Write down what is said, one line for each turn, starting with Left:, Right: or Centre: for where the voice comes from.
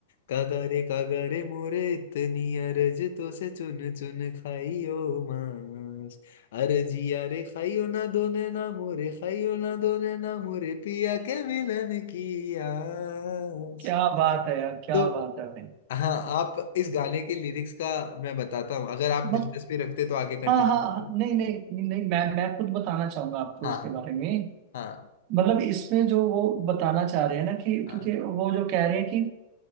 Left: कागरे कागरे मोरे इतनी अरज तो से चुन चुन खाइयो मांस अरजिया रे खाइयो ना दोने ना मोरे खाइयो ना दोने ना मोरे पिया के मिलन की आस
Right: क्या बात है यार क्या
Left: तो
Right: बात है भाई
Left: हाँ आप इस गाने के लिरिक्स का मैं बताता हूँ अगर आप
Right: मतलब
Left: दिलचस्पी रखते तो आगे कंटिन्यू
Right: हाँ हाँ
Left: करें
Right: हाँ, नहीं नहीं नहीं मैं मैं खुद बताना चाहूंगा आपको
Left: हाँ
Right: इसके बारे में
Left: हाँ
Right: मतलब इसमें जो वो बताना चाह रहे हैं ना कि
Left: हाँ
Right: क्योंकि वो जो कह रहे हैं कि